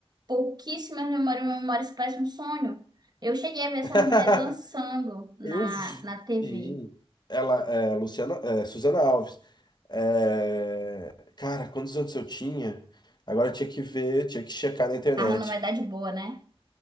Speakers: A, on the right (about 45°); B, on the left (about 45°).
A: pouquíssimas memórias, uma memória que parece um sonho. Eu cheguei a ver essas
B: <laughs>
A: mulheres dançando na,
B: Eu vi,
A: na TV.
B: sim. ela, é, Luciana, é, Suzana Alves. É, cara, quantos anos eu tinha? Agora eu tinha que ver, tinha que checar na internet.
A: Tava numa idade boa, né?